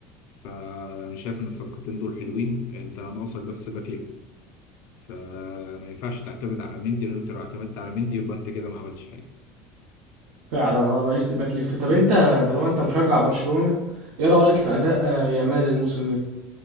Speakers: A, on the left (about 60°); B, on the right (about 70°).
A: فانا شايف ان الصفقتين دول حلوين انت ناقصك بس باك ليفت فما ينفعش تعتمد على مندي لان انت لو اعتمدت على مندي يبقى انت كده ما عملتش حاجه
B: فعلا اه ناقصني باك ليفت طب انت طالما انت مشجع برشلونة ايه رأيك في اداء آه، يامال الموسم